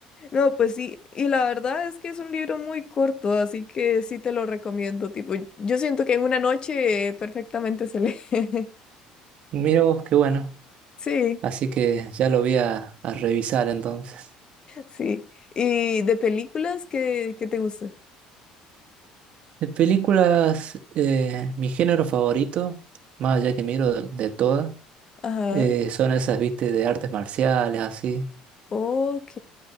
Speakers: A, on the left; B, on the right.
A: no, pues sí, y la verdad es que es un libro muy corto, así que sí te lo recomiendo, tipo, yo siento que en una noche perfectamente se lee. <laughs>
B: Mira vos, qué bueno.
A: Sí,
B: Así que ya lo voy a, a revisar entonces.
A: sí. ¿Y de películas que, te gustan?
B: De películas, eh, mi género favorito, más allá que miro de, de todas,
A: Ajá,
B: eh, son esas, viste, de artes marciales, así.
A: ok,